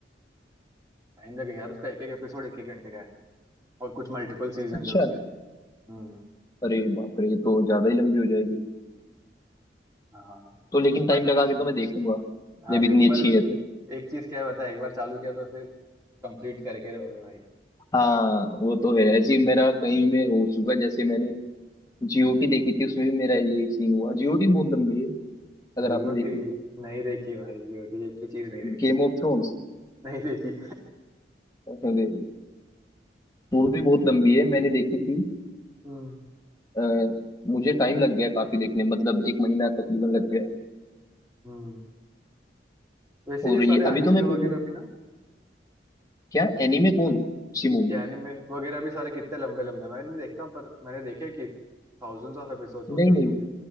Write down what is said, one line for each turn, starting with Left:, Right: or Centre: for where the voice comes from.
Right: टाइम लगेगा यार उसका एक एक एपिसोड एक एक घंटे का है और कुछ मल्टीपल सीजन
Left: अच्छा
Right: है उसके हम्म
Left: अरे बाप रे ये तो ज्यादा ही लंबी हो जाएगी
Right: हाँ
Left: तो लेकिन
Right: पर
Left: टाइम लगा के तो मैं देखूंगा
Right: हाँ
Left: जब
Right: देखो
Left: इतनी
Right: पर
Left: अच्छी है तो
Right: एक चीज क्या है बता एक बार चालू किया तो फिर कंप्लीट करके रहोगे भाई
Left: हाँ वो तो है ऐसे ही मेरा कहीं में हो चुका है। जैसे मैंने जीओटी देखी थी उसमें भी मेरा यही सीन हुआ जीओटी बहुत लंबी है अगर
Right: जीओटी
Left: आपने देखी हो तो
Right: नहीं देखी है भाई जीओटी एक ही चीज नहीं देखी
Left: Game of Thrones
Right: नहीं देखी
Left: अरे वो भी बहुत लंबी है मैंने देखी थी
Right: हम्म
Left: अ, मुझे टाइम लग गया काफी देखने में, मतलब एक महीना तकरीबन लग गया
Right: हम्म वैसे
Left: हो
Right: ये
Left: रही
Right: सारे
Left: है अभी
Right: एनिमे
Left: तो मैं देखे
Right: वगैरह भी ना
Left: क्या एनीमे कौन सी मूवी
Right: ये एनिमे वगैरह भी सारे कितने लंबे लंबे मैं नहीं देखता पर मैंने देखे कि थाउजेंड्स ऑफ एपिसोड्स
Left: नहीं
Right: होते हैं
Left: नहीं
Right: उसमें भी